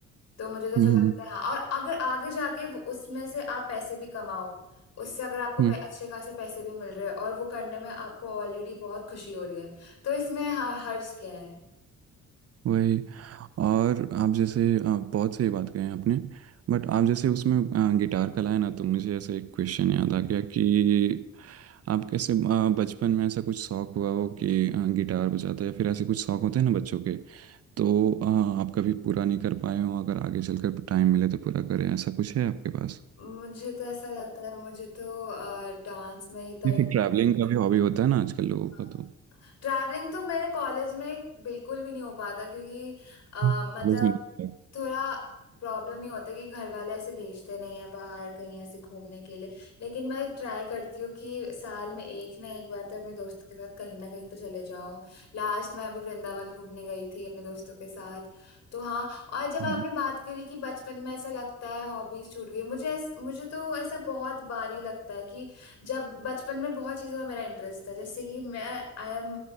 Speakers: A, on the left; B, on the right.
A: तो मुझे तो ऐसा
B: हम्म
A: लगता
B: हम्म,
A: है हाँ और अगर आगे जाके वो उसमें से आप पैसे भी कमाओ उससे अगर आपको पै-
B: हम्म।
A: अच्छे खासे पैसे भी मिल रहे हैं और वो करने में आपको ऑलरेडी बहुत खुशी हो रही है तो इसमें ह- हर्ज क्या है
B: वही और आप जैसे आ, बहुत सही बात कही आपने बट आप जैसे उसमें आ, गिटार का लाया ना तो मुझे ऐसे एक क्वेश्चन याद आ गया कि आप कैसे आ, बचपन में ऐसा कुछ शौक हुआ हो कि आ, गिटार बजाते या फिर ऐसे कुछ शौक होते हैं ना बच्चों के तो आ, आप कभी पूरा नहीं कर पाए हो अगर आगे चलकर टाइम मिले तो पूरा करें ऐसा कुछ है आपके पास
A: मुझे तो ऐसा लगता है मुझे तो डांस में ही तर
B: या फिर ट्रैवलिंग का भी हॉबी होता है ना आजकल लोगों
A: हाँ
B: का तो
A: ट्रैवलिंग तो मेरे कॉलेज में बिल्कुल भी नहीं हो पाता क्योंकि अ,
B: कॉलेज
A: मतलब
B: में नहीं है।
A: थोड़ा प्रॉब्लम ही होता है कि घर वाले ऐसे भेजते नहीं है बाहर कहीं ऐसे घूमने के लिए लेकिन मैं ट्राई करती हूँ कि साल में एक ना एक बार तो अपने दोस्तों के साथ कहीं ना कहीं तो चले जाऊं लास्ट मैं अभी वृंदावन घूमने गई थी अपने दोस्तों के साथ तो हाँ और जब आपने
B: हाँ
A: बात करी कि बचपन में ऐसा लगता है हॉबीज छूट गई मुझे ऐस- मुझे तो ऐसा बहुत बार ही लगता है कि जब बचपन में बहुत चीज़ों में मेरा इंटरेस्ट था जैसे कि मैं आई एम